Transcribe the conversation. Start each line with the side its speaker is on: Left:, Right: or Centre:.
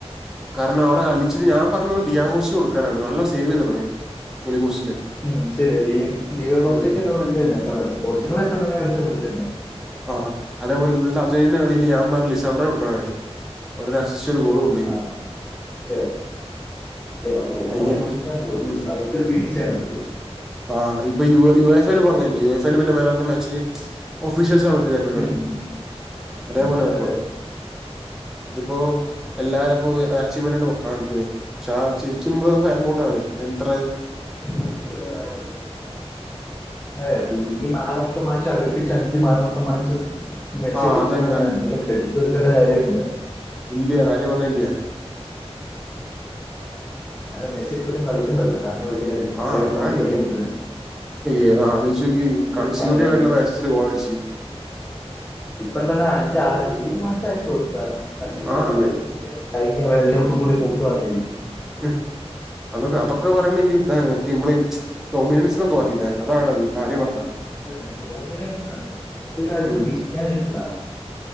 Centre: കാരണം അവ്ടെ കളിച്ചത് ഞാൻ പറഞ്ഞത് ഡിയാഘോഷി കൊടു ക്കാനാണ് നല്ല സേവ് ചെയ്ത്ണെ ഗൊളി പോസ്റ്റില്
Left: ഉം ശരിയാ ടി യോ കോസ്റ്റക്ക്
Centre: ഉം
Left: എല്ലാം കൊടുക്കുന്നാരുന്നു ട്ടോ നല്ലത് പോർച്ചുകല് ഏറ്റവും നല്ല കളിച്ചെ പുള്ളി എന്നെയാ
Centre: ആ അതേപോലിന്നത്തെ അർജന്റീന കളിയില് ഞാൻ പറഞ് ലിസൻഡ്രോ കൊടുക്കണ കളീ ഒരു നശിച്ച ഒരു ഗോളുണ്ട്
Left: ആഹ് ശെരിയ <unintelligible>
Centre: അതിനിപ്പോ ഉം
Left: സൈക്കറ് പിടിച്ചാൽ പൊട്ടും
Centre: ആഹ് ഇപ്പ യൂ യു എഫ് എൽ പോങ്ങയില്ലേ യു എഫ് എൽ പിന്നെ മാനോഫ് ദി മാച്ച് ഓഫീഷ്യൽസാണെ
Left: ഉം
Centre: <unintelligible> അതെപോലെ
Left: അതെ
Centre: വെർണം
Left: അതെ
Centre: ഇതിപ്പോ എല്ലാരുപ്പോ അച്ചീവ്മെന്റായിട്ടാ കാണിക്കണേ പക്ഷാ ശരിക്കു ബ്രോ ഫാൻ ബോട്ടാണ് അയ്നിത്ര
Left: <unintelligible> അതെ ഈ മാനോഫ് ദി മാച്ച് അടുപ്പിച്ച് അഞ്ച് മാനോഫ് ദി മാച്ച് മെസ്സി
Centre: ആഹ്
Left: അടിച്ചിട്ടാണ്
Centre: അതന്നെ
Left: ഞാൻ നല്ല ക്രഡിറ്റ് കൊടുക്കണ്ട കാര്യില്ല
Centre: ഇല്യ ആരു പറഞ്ഞാ ഇല്യാ
Left: എന്നാലും മെസ്സി ഇപ്പൊഴും കളിക്ക്ണ്ടല്ലോ അതാണ് വല്യ കാര്യം ഇത്രയും
Centre: ആ അതാണ്
Left: ഫോമിൽ കളിക്കണ്ട്
Centre: ഏഹ് അലോയ്ചോക്കിയേ
Left: ഇത്
Centre: കൺസ്യൂട്ടീവ്വ്
Left: പറയാ
Centre: ആയിട്ടുള്ള മാച്ചസ് ഇത്രേ ഗോളടിച്ച്
Left: ഇപ്പം തന്നെ അഞ്ചാറ് മിനിമംഅച്ചായിന്ന് തോന്ന്ട്ട <unintelligible>
Centre: ആഹ്
Left: കഴിഞ്ഞ വേൾഡ് കപ്പ് കൂടി കൂട്ടുവാണെങ്കിൽ
Centre: ഹ് അതൊക്ക അതൊക്കെ പറയ്മെങ്കിൽ ഇതാണ് റ്റിബ്ലൈൻ ഡൊമിനൻസും സ്കോറല്ലേ അതാണത് കാര്യം പർഞാ
Left: അത് എന്തോ ഡോമിനൻസാണ് ഇപ്പരാരും
Centre: ഉം
Left: പിടിക്കാൻ കിട്ടില്ല